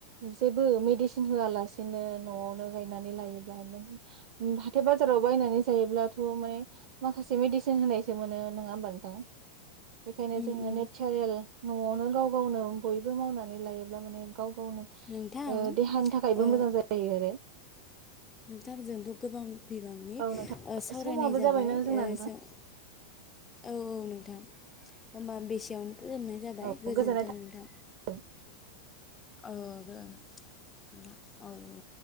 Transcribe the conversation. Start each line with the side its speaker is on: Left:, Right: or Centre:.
Right: जेबो मेडिसिन होयालासेनो न'आवनो गायनानै लायोब्ला नों उम हाथाइ बाजाराव बायनानै जायोब्लाथ' माने माखासे मेडिसिन होनायसो मोनो नोङा होमबा नोंथां? बेखायनो
Left: उम,
Right: जोङो
Left: उम।
Right: नेटचारेल न'आवनो गाव गावनो बयबो मावनानै लायोब्ला माने गाव गावनो
Left: नोंथां
Right: ओ देहानि थाखायबो
Left: ओ,
Right: जायो आरो।
Left: नोंथां जोंथ' गोबां बिबांनि
Right: औ
Left: ओ
Right: नोंथां
Left: सावरायनाय
Right: समाबो
Left: जाबाय
Right: जाबायना जोंना
Left: ओ
Right: नोंथां
Left: जों औ औ नोंथां। होमबा बेसेयावनो फोजोबनाय जाबाय
Right: औ
Left: गोजोन्थों
Right: गोजोननाय
Left: नोंथां।
Right: थाबाय
Left: ओ दे नोंथां औ औ।